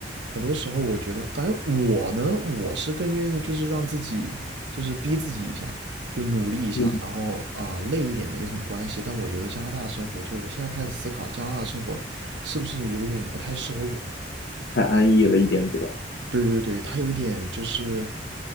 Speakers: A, on the right (about 75°); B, on the left (about 65°).
A: 很多时候我觉得，反正我呢，我是更愿意就是让自己就是逼自己一下，就努力一下，
B: 嗯，
A: 然后啊、累一点没什么关系。但我觉得加拿大生活，就是我现在开始思考加拿大生活是不是有点不太适合我了。
B: 太安逸了一点，对吧？
A: 对对对，它有一点就是